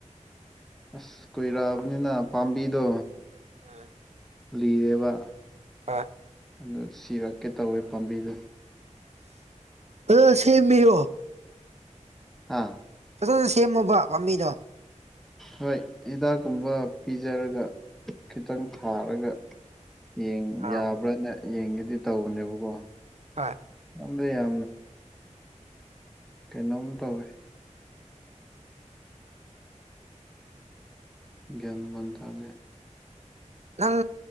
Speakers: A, in the centre; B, on the right.
A: ꯑꯁ ꯀꯨꯏꯔꯛꯑꯕꯅꯤꯅ ꯄꯥꯝꯕꯤꯗꯣ
B: ꯑꯝ
A: ꯂꯤꯔꯦꯕ
B: ꯑ
A: ꯑꯗꯨ ꯁꯤꯔꯛꯀꯦ ꯇꯧꯋꯦ ꯄꯥꯝꯕꯤꯗꯣ
B: ꯑꯁ ꯁꯦꯝꯃꯤꯌꯣ
A: ꯍꯥꯥ
B: ꯐꯖꯅ ꯁꯦꯝꯃꯨꯕ ꯄꯥꯝꯕꯤꯗꯣ
A: ꯍꯣꯏ ꯍꯤꯗꯥꯛ ꯀꯨꯝꯕ ꯄꯤꯖꯔꯒ ꯈꯤꯇꯪ ꯊꯥꯔꯒ ꯌꯦ
B: ꯑꯥ
A: ꯌꯥꯕ꯭ꯔꯥꯅ ꯌꯦꯡꯒꯦꯗꯤ ꯇꯧꯕꯅꯦꯕꯀꯣ
B: ꯍꯣꯏ
A: ꯅꯗ ꯌꯥ ꯀꯩꯅꯣꯃ ꯇꯋ ꯭ꯟ ꯃꯥꯟꯇꯂꯦ
B: ꯅꯪ